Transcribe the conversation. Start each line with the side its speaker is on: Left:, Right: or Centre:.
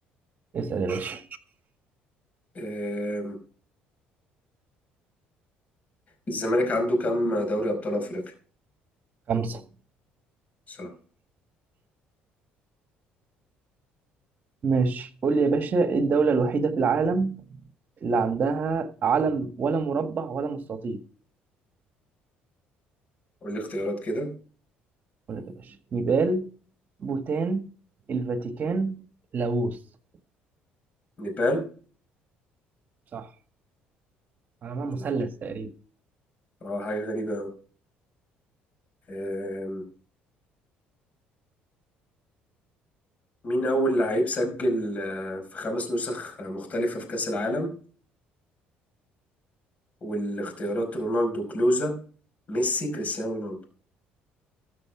Right: اسأل يا باشا
Left: آم، الزمالك عنده كام دوري أبطال أفريقيا؟
Right: خمسة
Left: صح
Right: ماشي قول لي يا باشا ايه الدولة الوحيدة في العالم اللي عندها علم ولا مربع ولا مستطيل
Left: قول لي اختيارات كده
Right: اقول لك يا باشا نيبال بوتان الفاتيكان لاوس
Left: نيبال
Right: صح على ما مثلث
Left: ماشي.
Right: تقريبا
Left: اه حاجة غريبة أوي آم، مين أول لعيب سجل آه، في خمس نسخ مختلفة في كأس العالم؟ والاختيارات رونالدو كلوزا ميسي كريستيانو رونالدو